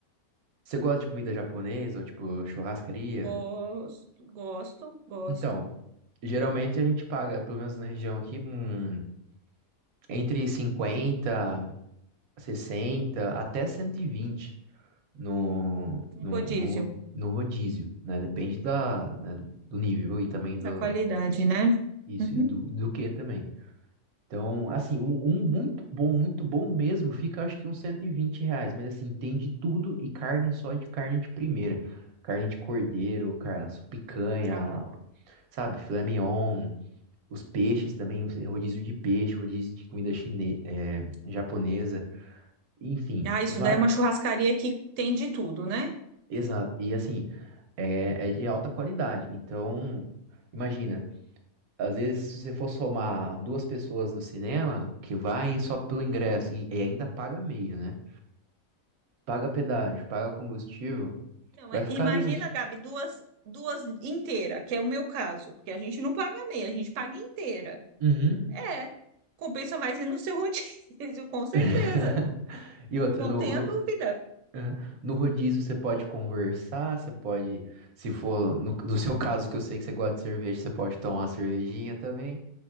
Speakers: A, on the right; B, on the right.
A: Você gosta de comida japonesa ou tipo churrascaria?
B: Gosto, gosto, gosto.
A: Então, geralmente a gente paga, pelo menos na região aqui, um, entre 50, 60 até 120 no,
B: Um
A: no,
B: rodízio.
A: no, ro- no rodízio, né? Depende da, né, do nível e também do.
B: Da qualidade, né?
A: Isso,
B: Uhum.
A: e do, do que também. Então, assim, um, um muito bom, muito bom mesmo, fica acho que uns 120 reais, mas assim, tem de tudo e carne só de carne de primeira. Carne de cordeiro, cara, picanha,
B: Tá.
A: sabe, filé mignon, os peixes também, rodízio de peixe, rodízio de comida chine é, japonesa, enfim,
B: Ah, isso
A: var...
B: daí é uma churrascaria que tem de tudo, né?
A: exato, e assim, é, é de alta qualidade. Então, imagina, Às vezes, se você for somar duas pessoas no cinema, que vai só pelo ingresso e, e ainda paga meia, né? Paga pedágio, paga combustível,
B: Não,
A: vai
B: é-
A: ficar
B: imagina,
A: ali uns.
B: Gabi, duas, duas inteira, que é o meu caso, porque a gente não paga meia, a gente paga inteira.
A: Uhum.
B: É, compensa mais ir no seu <laughs> rodízio, com certeza.
A: <laughs> E outra,
B: Não
A: no,
B: tenha
A: no,
B: dúvida.
A: Uhum. no rodízio você pode conversar, você pode, se for, no, no seu caso, que eu sei que você gosta de cerveja, você pode tomar uma cervejinha também,